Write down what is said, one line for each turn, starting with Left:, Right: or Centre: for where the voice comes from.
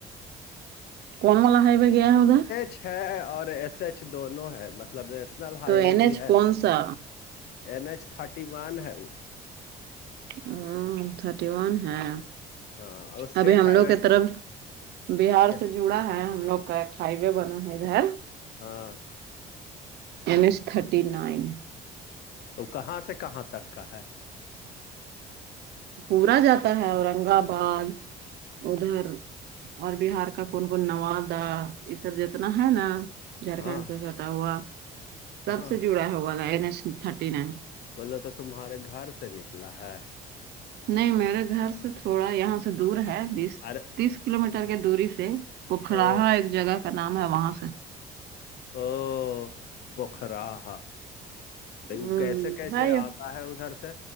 Right: کون والا ہائی وے گیا ہے ادھر
Left: چھ اور ایس ایچ دونوں ہے مطلب نیشنل ہائی
Right: تو
Left: وے
Right: این ایچ
Left: بھی ہے
Right: کون سا
Left: این ایچ تھرٹی ون ہے وہ
Right: او تھرٹی ون ہے
Left: ہاں اور اسٹیٹ
Right: ابھی ہم
Left: ہائی
Right: لوگ
Left: وے
Right: کی طرف بیہار
Left: کیا
Right: سے جڑا ہے ہم لوگ کا ایک ہائی وے بنا ہے ادھر
Left: ہاں
Right: این ایچ تھرٹی نائن
Left: تو کہاں سے کہاں تک کا ہے
Right: پورا جاتا ہے اورنگ آباد ادھر اور بیہار کا کون کون نوادا یہ سب جتنا ہے نا جھارکھنڈ
Left: ہاں
Right: پہ فتح ہوا تب
Left: ہاں
Right: سے جڑا ہے وہ والا این ایچ تھرٹی نائن
Left: بولے تو تمہارے گھر سے نکلا ہے
Right: نہیں میرے گھر سے تھوڑا یہاں سے دور ہے بیس
Left: ارے
Right: تیس کلو میٹر کی دوری سے پکھرا
Left: او
Right: ایک جگہ کا نام ہے وہاں سے
Left: او پکھرا ہا
Right: ہ
Left: وہ کیسے کیسے
Right: ہے یہ
Left: آ ہے ادھر سے